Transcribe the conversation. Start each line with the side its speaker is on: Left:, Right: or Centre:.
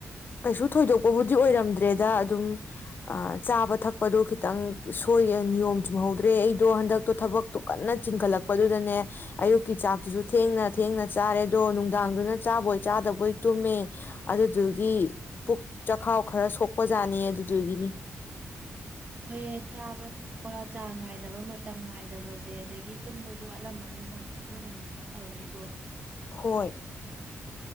Left: ꯀꯩꯁꯨ ꯊꯣꯏꯗꯣꯛꯄꯕꯨꯗꯤ ꯑꯣꯏꯔꯝꯗ꯭ꯔꯦꯗ ꯑꯗꯨꯝ ꯆꯥꯕ ꯊꯛꯄꯗꯣ ꯈꯤꯇꯪ ꯁꯣꯏ ꯅꯤꯌꯣꯝ ꯆꯨꯝꯍꯧꯗ꯭ꯔꯦ ꯑꯩꯗꯣ ꯍꯟꯗꯛꯇꯣ ꯊꯕꯛꯇꯣ ꯀꯟꯅ ꯆꯤꯟꯈꯠꯂꯛꯄꯗꯨꯗꯅꯦ ꯑꯌꯨꯛꯀꯤ ꯆꯥꯛꯇꯨꯁꯨ ꯊꯦꯡꯅ ꯊꯦꯡꯅ ꯆꯥꯔꯦ ꯑꯗꯣ ꯅꯨꯡꯗꯥꯡꯗꯨꯅ ꯆꯥꯕꯣꯏ ꯆꯥꯗꯕꯣꯏ ꯇꯨꯝꯃꯦ ꯑꯗꯨꯗꯨꯒꯤ ꯄꯨꯛ ꯆꯈꯥꯎ ꯈꯔ ꯁꯣꯛꯄ ꯖꯥꯠꯅꯤ ꯑꯗꯨꯗꯨꯒꯤꯅꯤ
Right: ꯍꯣꯏꯌꯦ ꯆꯥꯕ ꯊꯛꯄ ꯆꯥꯡ ꯅꯥꯏꯗꯕ ꯃꯇꯝ ꯅꯥꯏꯗꯕꯁꯦ ꯑꯗꯒꯤ ꯇꯨꯝꯕꯁꯨ ꯋꯥꯠꯂꯝꯃꯅꯤ ꯅꯪ ꯑꯗꯨꯅꯅꯦꯕ ꯇꯧꯔꯛꯏꯗꯣ
Left: ꯍꯣꯏ